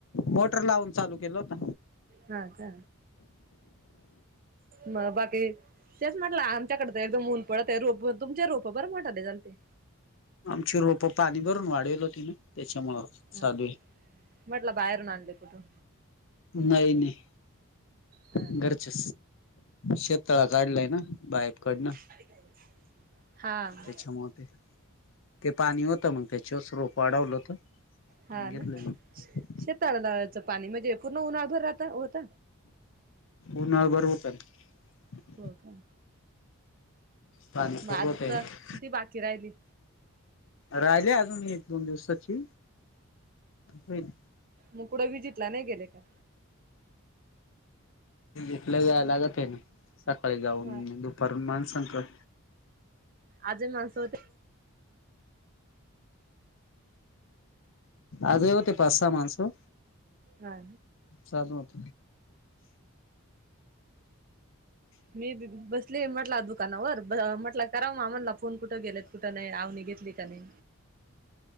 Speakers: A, on the left (about 60°); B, on the right (about 40°).
A: मोटर लावून चालू केल होत.
B: हा का. मग बाकी, तेच म्हटलं आमच्याकड तर एकदम ऊन पडत ये रोप तुमचे रोप बर मोटाले झालते.
A: आमची रोपं पाणी भरून वाढवली होतीना त्याच्यामुळं,
B: अ..
A: चालू
B: म्हटलं बाहेरून आणले कुठून.
A: नाही नाही
B: हा ना
A: घरचे. शेत तळा काढलाय ना, बाहेप कढणं
B: <unintelligible> हा
A: त्यांच्यामुळे ते. ते पाणी होतं मग, त्याच्यावर रोप वाढवलं होत
B: हा
A: <unintelligible>
B: ना शेताला लावायचं पाणी म्हणजे, पूर्ण उन्हाभर राहत होत.
A: उन्हाळ भर होतं ना.
B: हो का.
A: पाणी
B: माझ
A: पुरवत आहे
B: तर किती बाकी राहिली.
A: राहिले अजून एक दोन दिवसाची होईल.
B: मग कुठं विजिटला नाही गेले का,
A: एकल जाय लागते, ना सकाळी जाऊन
B: हा
A: दुपारून माणसांकड.
B: आज येणार होतो.
A: आज हे होते पाच सहा माणसं.
B: हा
A: धू मत
B: मी बसली म्हटला दुकानावर म्हटला करा म म्हणला फोन कुठं गेलेत कुठ नाही आव घेतली का नाही.